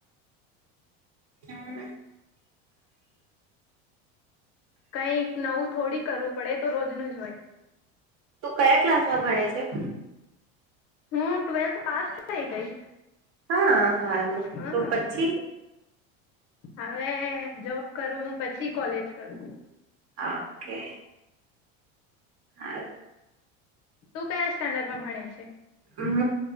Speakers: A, on the right; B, on the left.
A: હમ્મ.
B: કઈ નવું થોડી કરવું પડે તો રોજ નું જ હોય.
A: તું કયા ક્લાસમાં ભણે છે?
B: હું ટ્વેલ્થ પાસ થઈ ગઈ.
A: હા. હા તો
B: હા
A: તો પછી?
B: હવે જોબ કરું પછી કોલેજ કરું.
A: ઓકે <inaudible>
B: તું કયા સ્ટાન્ડર્ડમાં ભણે છે
A: હું